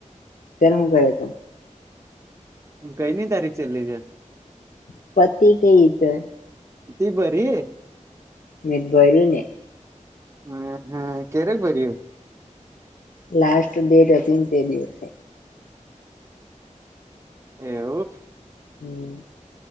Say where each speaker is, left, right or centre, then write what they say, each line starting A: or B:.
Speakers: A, on the left; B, on the right.
A: તયારે કરે તો
B: કઈની તારીખ ચેલ્લી છે.
A: <inaudible>
B: તી ભરી
A: મેત ભરી ને
B: હા હા કયારે ભયુ
A: લાસ્ટ ડેટ હતી ન તે દિવસે
B: એવું
A: હમ.